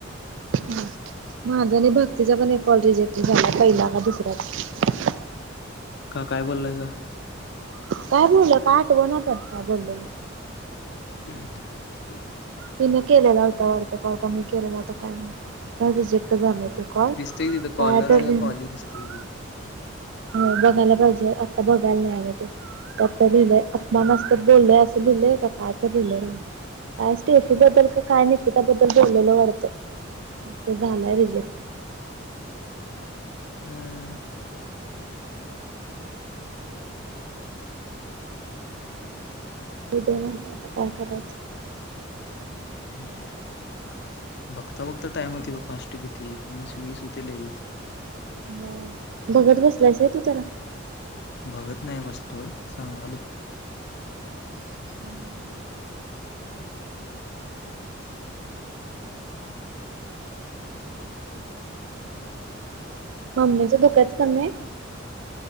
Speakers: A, on the right; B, on the left.
A: <unintelligible> माझा आणि भक्तीचा पण एक कॉल रिजेक्ट झालाय. पहिला का दुसराच.
B: का काय बोललायसा?
A: काय बोललं? काय आठवणा पण, काय बोललेलं.
B: <unintelligible>
A: तिने केलेला होता वाटतं कॉल, का मी केलेला होता काय माहीत रिजेक्ट झालाय तो कॉल.
B: दिसतंय की तिथं कॉलर
A: काय तर
B: आहे का
A: <unintelligible>
B: कॉली दिसतंय की
A: हो बघायला पाहिजे, आत्ता बघायला नाही आले ते. काय तर लिहिलंय, अपमानास्पद बोललंय असं, लिहिलंय का काय तर लिहिलंय. काय स्टेफी बद्दल का काय, निकिताबद्दल बोललेलं वाटतं. मग ते झालाय रिजेक्ट.
B: हा <unintelligible>
A: होउद्या म्हणंल, आता काय करायचं.
B: हम्म <unintelligible> बघता- बघता टाइम होते बघ फास्ट किती, एकोणीस वीस होते लगेच.
A: हो, बघत बसलायस व्हय तू त्याला?
B: बघत नाही बसलो, सांगालोय.
A: <unintelligible> मम्मीच दुखायच कमीय?